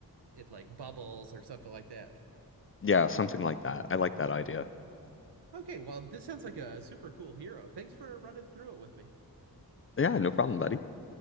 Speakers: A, on the right; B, on the left.
A: it like bubbles or something like that.
B: yeah something like that i like that idea
A: Okay, well, this sounds like a super cool hero. Thanks for running through it with me.
B: yeah no problem buddy